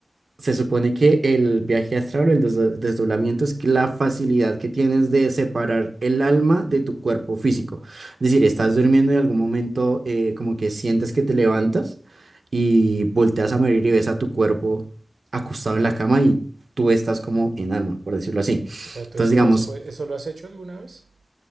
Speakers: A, on the right (about 65°); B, on the right (about 80°).
A: Se supone que el viaje astral o el desdo- desdoblamiento es que la facilidad que tienes de separar el alma de tu cuerpo físico. Es decir, estás durmiendo y en algún momento eh, como que sientes que te levantas y volteas a morir y ves a tu cuerpo acostado en la cama y tú estás como en alma, por decirlo así.
B: O sea, ¿tú
A: Entonces,
B: eso
A: digamos,
B: lo has, pod- eso lo has hecho alguna vez?